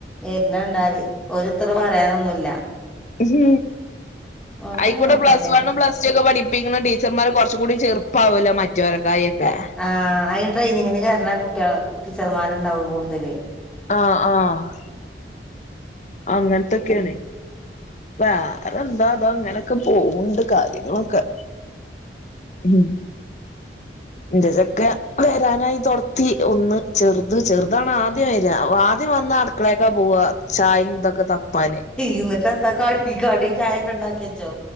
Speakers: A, in the centre; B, on the left.
A: വര്ണ ണ്ടാല്‌ ഓല്‌ ഇത്രപറയാനൊന്നുല്ല
B: ഉ
A: ഒക്കെ
B: ആയിക്കൂടെ
A: കണക്കന്നെയാണ്
B: പ്ലസ് വണ്ണുംപ്ലസ് ടു ഒക്കെ പഠിപ്പ പടിപ്പിക്കുന്ന ടീച്ചർമാർ കുറച് കൂടി ചെറുപ്പാവല്ലോ മറ്റെലെ ക്കായി ഒക്കെ
A: ആ അന് ട്രെയിനിങ്ങിന് കേറുണ കുട്ടികൾ ടീച്ചർമാരുണ്ടാവും കൂടുതല്
B: ആ ആ അങ്ങനെ
A: പിന്നെ
B: ഇക്കെയാണ് വേറെ എന്താ തോ ഇങ്ങനൊക്കെ പോകണ്ട് കാര്യങ്ങളൊക്കെ ഉം
A: <inaudible>
B: ഇന്റെ ജൊക്കൻ വരാനായി തൊടത്തി ഒന്ന് ചെറുത് ചെറുതണ ആദ്യം വര ആദ്യം വന്ന അട് - അടുക്കളക്കാ പോക ചായിം ഇതൊക്കെ തപ്പാന്
A: ഇന്നിട്ടത്ത കടി കടി ചായക്കെണ്ടാക്കി വെച്ചോ